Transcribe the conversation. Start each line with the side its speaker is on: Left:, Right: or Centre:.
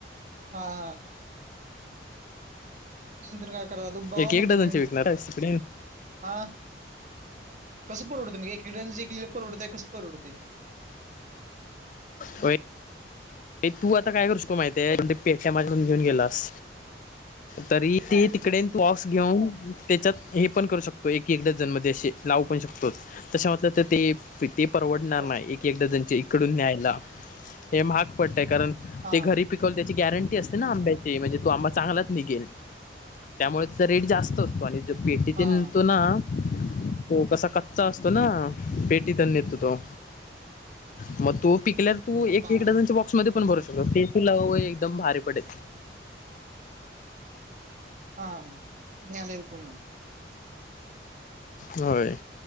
Right: हा हा, त काय करा बघावं
Left: एक
Right: म्हणतं
Left: एक डझनचे
Right: नेऊन
Left: विकणार तिकडे
Right: हा कस परवतं एक एक डझन च परवडतय कस परवडतय.
Left: होय तू आता काय करू शको माहितीय त पेठ्या माझ्याकून घेऊन गेलास, तरी
Right: हा
Left: ते तिकडे तू ऑ घेऊन त्याच्यात हे पण करू शकतो एक एक डझन मध्ये असे लावू पण शकतो त म्हटलं तर ते, ते परवडणार
Right: हा
Left: नाही एक एक डझन च्या इकडून न्यायला हे महाग, कारण
Right: हा
Left: ते घरी पिकवल त्याची गॅरं टी असते ना आंब्याची म्हणजे तो आंबा चांगलाच निघेल त्यामुळे रेट जास्त असतो आणि, भेटी
Right: हा
Left: तिन तो ना, तो कसा कच्चा असतो ना पेटीत येतो तो. मग तो पिकल्या तर तू एक
Right: हा
Left: एक डझन बो मध्ये पण भरू शकतो ते तू लव एकदम भारी पडे.
Right: हा मे आला येऊकण.
Left: होय.